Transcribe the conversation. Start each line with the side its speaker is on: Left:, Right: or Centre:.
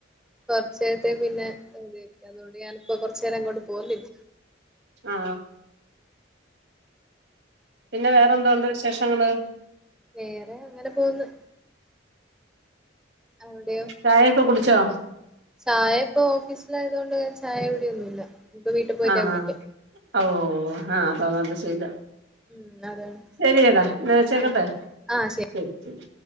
Centre: കുറച്ച തെ പിന്നെ അതു അതുകൊണ്ട് ഞാനിപ്പോ കൊറച്ചു നേരം അങ്ങോട്ട് പോന്നില്ല
Right: ആ പിന്നെ
Centre: ഉം.
Right: വേറെ എന്തോ ഒണ്ട് വിശേഷ് ങ്ങള്
Centre: വേറെ അങ്ങനെ പോന്ന് അവിടെയോ
Right: ചായൊക്കെ കുടി ച്ചോ
Centre: ചായ ഇപ്പൊ ഓഫീസിലായതുകൊണ്ട് ഞാൻ ചായ കുടിയൊന്നുമില്ല നിക്ക് വീട്ട പോയിട്ടാ
Right: ആണോ
Centre: കുടിക
Right: ഓ ഹാ അതാ നല്ല ശീലം
Centre: ഉം അതാണ്
Right: ശരിയെടാ എന്നാ വെച്ചേക്കട്ടെ
Centre: ആഹ് ആഹ്
Right: ശരി ശരി